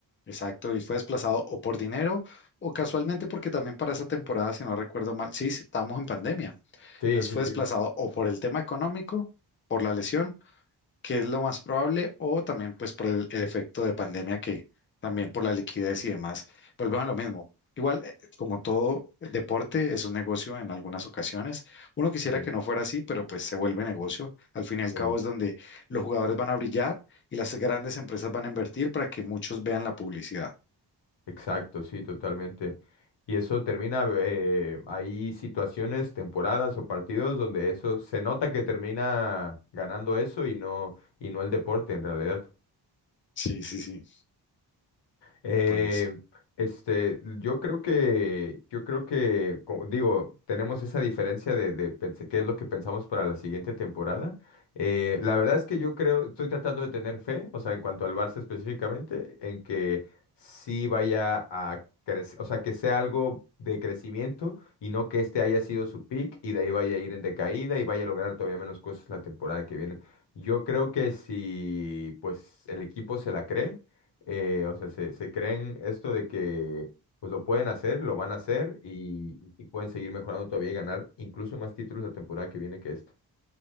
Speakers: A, on the left; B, on the left.
A: exacto, y fue desplazado o por dinero o casualmente porque también para esa temporada, si no recuerdo mal, sí, sí, estábamos en pandemia,
B: Sí,
A: entonces
B: sí,
A: fue
B: sí,
A: desplazado o por el tema económico, por la lesión que es lo más probable, o también pues por el, el efecto de pandemia que también por la liquidez y demás, volvemos a lo mismo. Igual, eh, como todo deporte, es un negocio en algunas ocasiones. Uno quisiera
B: sí,
A: que no fuera así, pero pues se vuelve negocio. Al fin y al
B: sí,
A: cabo es donde los jugadores van a brillar y las grandes empresas van a invertir para que muchos vean la publicidad.
B: exacto, sí, totalmente. Y eso termina, eh, hay situaciones, temporadas o partidos donde eso se nota que termina ganando eso y no, y no el deporte en realidad.
A: Sí, sí, sí.
B: Eh,
A: Pues
B: este, yo creo que, yo creo que, como digo, tenemos esa diferencia de, de pens- qué es lo que pensamos para la siguiente temporada. Eh, la verdad es que yo creo, estoy tratando de tener fe, o sea, en cuanto al Barça específicamente, en que sí vaya a crecer, o sea, que sea algo de crecimiento y no que este haya sido su peak y de ahí vaya a ir en decaída y vaya a lograr todavía menos cosas la temporada que viene. Yo creo que si, pues, el equipo se la cree eh, o sea, se, se creen esto de que pues lo pueden hacer, lo van a hacer y, y pueden seguir mejorando todavía y ganar incluso más títulos la temporada que viene que esta.